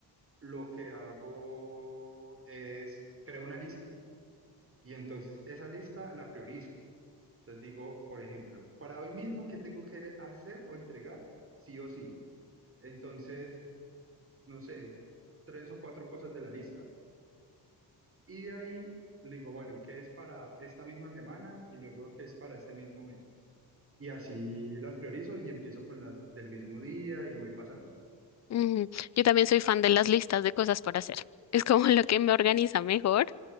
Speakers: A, on the right; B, on the left.
A: lo que hago es, creo una lista Y entonces esa lista la priorizo. Entonces digo, por ejemplo, para hoy mismo, ¿qué tengo que hacer o entregar? Sí o sí. Entonces, no sé, tres o cuatro cosas de la lista. Y de ahí le digo, bueno, ¿qué es para esta misma semana? Y luego, ¿qué es para este mismo mes? Y así las priorizo y empiezo con las del mismo día y voy pasando.
B: Ujú. Yo también soy fan de las listas de cosas por hacer. Es como <laughs> lo que me organiza mejor